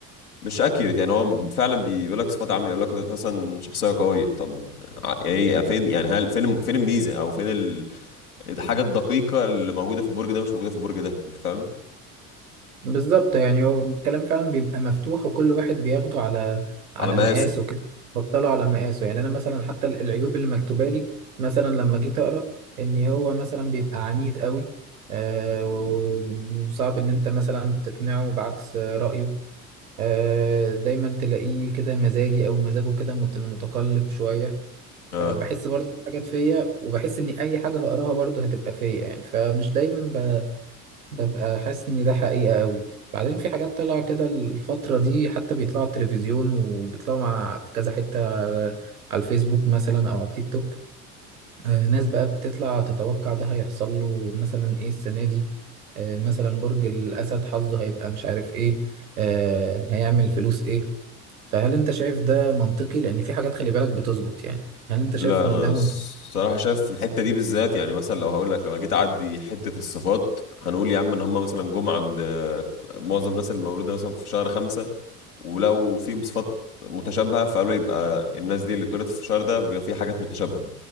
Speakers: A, on the left; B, on the right.
A: مش اكيرت يعني هو فعلا بيقول لك صفات عامه يقول لك انت مثلا شخصيه قويه طب ع- ايه فين يعني هل فين الم- فين الميزه او فين الحاجة الدقيقة اللي موجودة في البرج ده مش موجودة في البرج ده انت فاهم
B: بالظبط يعني هو الكلام فعلا بيبقى مفتوح وكل واحد بياخده على على
A: على مم.
B: مقاسه
A: مقاسه
B: كده بطله على مقاسه يعني انا مثلا حتى ال- العيوب اللي مكتوبه لي مثلا لما جيت اقرا ان هو مثلا بيبقى عنيد قوي آه، و- و- وصعب ان انت مثلا تقنعه بعكس آه، رايه آه، دايما تلاقيه كده مزاجي او مزاجه كده مت- متقلب شويه فبحس
A: اه
B: برضه في حاجات فيا وبحس ان اي حاجه هقراها برضه هتبقى فيا يعني فمش دايما ببقى حاسس ان ده حقيقة قوي بعدين في حاجات طالعة كده الفترة دي حتى بيطلعوا على التلفزيون وبيطلعوا مع في كذا حتة على على الفيسبوك مثلا او على التيك توك آه، ناس بقى بتطلع تتوقع ده هيحصل له مثلا ايه السنة دي آه، مثلا برج الاسد حظه هيبقى مش عارف ايه آه، هيعمل فلوس ايه فهل انت شايف ده منطقي لان في حاجات خلي بالك بتظبط يعني هل انت شايف
A: لا
B: ان
A: انا
B: ده
A: الصراحة
B: منطقي
A: شايف في الحتة دي بالذات يعني مثلا لو هقول لك لو جيت اعدي حتة الصفات هنقول يا عم ان هم مثلا جم عند آه، معظم الناس المولودة مثلا في شهر خمسة ولو فيهم صفات متشابهة فقالوا يبقى الناس دي اللي اتولدت في الشهر ده بيبقى في حاجات متشابهة